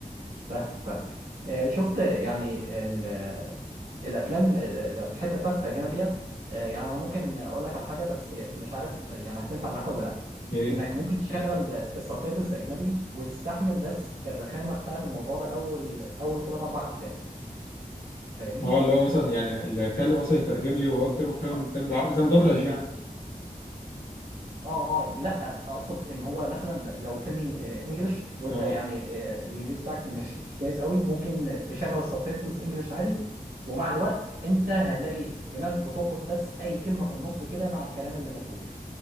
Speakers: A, on the right; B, on the left.
A: فاهمك فاهمك آه شفت يعني ال- آه، الافلام ال- ال- الحته بتاعت الترجمه ديت آه يعني انا ممكن اقول لك على حاجه بس مش عارف يعني هتنفع معاك ولا لا
B: ايه
A: انك ممكن تشغل السبتايتلز اجنبي وتستحمل بس الرخامه بتاعت الموضوع ده اول اول ثلاث اربع افلام فاهمني
B: اه اللي هو مثلا يعني اللي هيتكلم اصلا يترجم لي وهو يتكلم الكلام
A: اه
B: الكلام بالعربي زي مدبلج يعني
A: اه آه، لا اقصد ان هو مثلا لو الفيلم انجلش وانت
B: اه
A: يعني آه، الانجليزي بتاعك مش مش كويس قوي ممكن تشغل السبتايتلز انجلش عادي ومع الوقت انت هتلاقي دماغك بتربط بس اي كلمه في النص كده مع الكلام اللي موجود